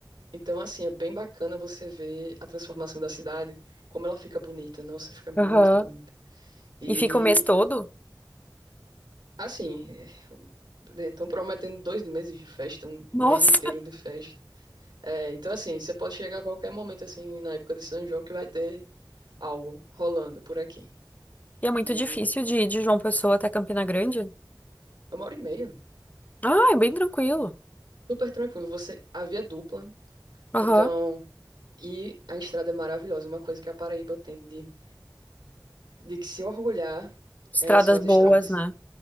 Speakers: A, on the right (about 80°); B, on the left (about 20°).
A: Então, assim, é bem bacana você ver a transformação da cidade, como ela fica bonita, nossa, fica muito
B: Aham.
A: bonita. E,
B: E fica o mês todo?
A: assim, estão prometendo dois meses de festa, um, um
B: Nossa.
A: mês inteiro de festa. É, então, assim, você pode chegar a qualquer momento, assim, na época de São João, que vai ter algo rolando por aqui.
B: E é muito
A: E
B: difícil de ir de João Pessoa até Campina Grande?
A: é uma hora e meia,
B: Ah, é bem tranquilo.
A: Super tranquilo. Você, a via é dupla,
B: Aham.
A: então, e a estrada é maravilhosa. Uma coisa que a Paraíba tem de, de que se orgulhar
B: Estradas
A: é, são as
B: boas,
A: estradas.
B: né?